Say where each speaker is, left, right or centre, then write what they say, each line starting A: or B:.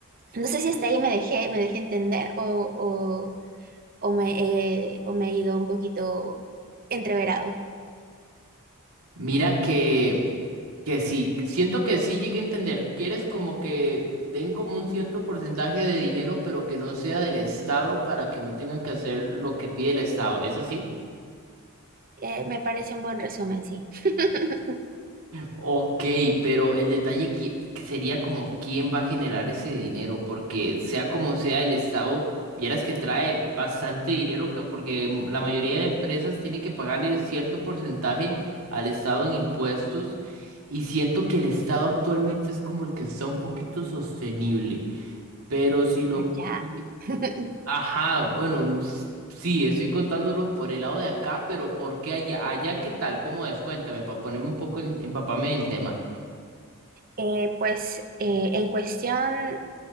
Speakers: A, on the right; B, on the right.
A: No sé si hasta ahí me dejé, me dejé entender o, o, o me, he- o me he ido un poquito entreverado.
B: Mira que Que sí, siento que sí llegué a entender. Quieres como que den como un cierto porcentaje de dinero, pero que no sea del Estado para que no tengan que hacer lo que pide el Estado. ¿Es así?
A: Eh, me parece un buen resumen, sí. <laughs>
B: Ok, pero el detalle qui- que sería como quién va a generar ese dinero, porque sea como sea el Estado, vieras que trae bastante dinero, ca- porque mm, la mayoría de empresas tiene que pagarle cierto porcentaje al Estado en impuestos, y siento que el Estado actualmente es como el que está un poquito sostenible. Pero si lo...
A: Allá.
B: pi-
A: <laughs>
B: Ajá, bueno, n- s- sí, estoy contándolo por el lado de acá, pero ¿por qué allá? Allá, ¿qué tal? ¿Cómo es? Cuéntame, para ponerme un poco en, empaparme en el tema.
A: Eh, pues eh, en cuestión